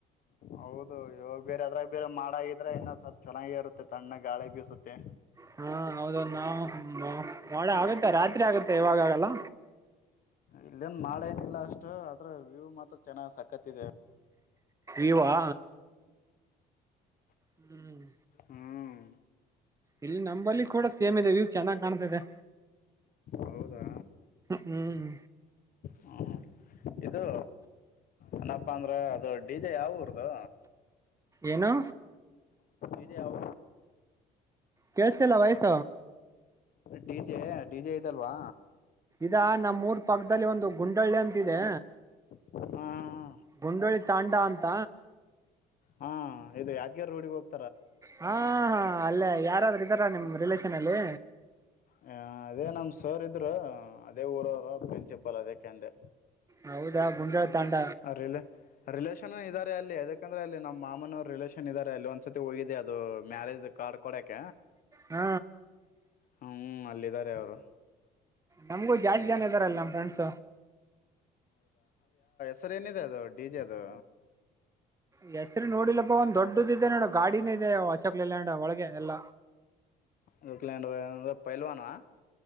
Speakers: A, on the left; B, on the right.
A: ಹೌದು ಇವಾಗ ಬೇರೆ ಅದ್ರಾಗ ಬೇರೆ ಮಾಡಾಗಿದ್ರೆ ಇನ್ನ ಸ್ವಲ್ಪ್ ಚೆನ್ನಾಗಿ ಇರುತ್ತೆ ತಣ್ಣ ಗಾಳಿ ಬೀಸುತ್ತೆ
B: ಹಾ ಹೌದು ಒ ನಾವು ವಾಡ ಮಾಡ ಆಗತ್ತೆ ರಾತ್ರಿ ಆಗತ್ತೆ ಇವಾಗ ಆಾಗಲ್ಲ
A: ಇಲ್ಲೇನ್ ಮಾಡೇನಿಲ್ಲ ಅಷ್ಟು ಅದ್ರ ವ್ಯೂ್ ಮಾತ್ರ ಚೆನ್ನಾಗ ಸಕತ್ತ ಇದೆ
B: ಇವಾ ಹ್ಮ್
A: ಹ್ಮ್
B: ಇಲ್ಲಿ ನಂಬಲ್ಲಿ ಕೂಡ ಸೇಮ್ ಇದೆ ವ್ಯೂ ಚೆನ್ನಾಗಿ್ ಕಾಣ್ತಿದೆ
A: ಹೌದಾ
B: ಹ್ಮ್
A: ಹ್ಮ್ ಇದು ಏನಪ್ಪ ಅಂದ್ರ ಅದು ಡಿಜೆ ಯಾ ಊರದು
B: ಏನು
A: ಇದ ಹ
B: ಕೆಳಸ್ತಿಲ್ voice
A: D J D J ಇದಲ್ವಾ
B: ಇದ ನಮ್ಮ್ ಮೂರ್ ಪಕ್ಕದಲ್ಲಿ ಒಂದು ಗುಂಡಳ್ಳಿ ಅಂತಿದೆ
A: ಹಾ
B: ಗುಂಡೋಳಿ ತಾಂಡ ಅಂತ
A: ಹಾ ಇದು ಯಾದ್ಗ್ಯಾರ್ ರೋಡಿಗೆ ಹೋಗತ
B: ಹಾ ಹಾ ಅಲ್ಲೇ ಯಾರಾದ್ರೂ ಇದರಾ ನಿಮ್ ರಿಲೇಷನ್ ಅಲ್ಲಿ
A: ಹ ಅದೇ ನಮ್ ಸೋರ್ ಇದ್ರು ಅದೇ ಊರವರು ಪ್ರಿನ್ಸಿಪಲ್ ಅದಕ್ಕೆಂದೆ
B: ಹೌದಾ ಗುಂಡಾಳ ತಾಂಡ
A: ರಿ ರಿಲೇಷನ್ ಇದ್ದಾರೆ ಅಲ್ಲಿ ಯದಕಂದ್ರೆ ಅಲ್ಲಿ ನಮ್ಮ್ ಮಾಮನವ್ರು ರಿಲೇಷನ್ ಇದ್ದಾರೆ ಅಲ್ಲಿ ಒಂದ್ಸತಿ ಹೋಗಿದೆ ಅದು ಮ್ಯಾರೇಜ್ ಕಾರ್ಡ್ ಕೊಡಕ
B: ಹ್ಮ
A: ಹ್ಮ್ ಅಲ್ಲಿದ್ದಾರೆ ಅವರು
B: ನಮಗೂ ಜಾಸ್ತಿ ಜನ ಇದ್ದಾರಲ್ಲ ನಮ್ಮ್ ಫ್ರೆಂಡ್ಸ
A: ಸರ್ ಏನಿದೆ ಅದು ಡಿ ಜೆ ಅದು
B: ಹೆಸ್ರ ನೋಡಿಲ್ಲ ಒಂದ ದೊಡ್ಡದ ಇದೆ ನೋಡ ಗಾಡಿನ ಇದೆ ಅಶೋಕ್ ಲೈಲ್ಯಾಂಡ್ ಒಳಗೆ ಎಲ್ಲ
A: ಗಕಲಂಡ ಪಲ್ವಾನ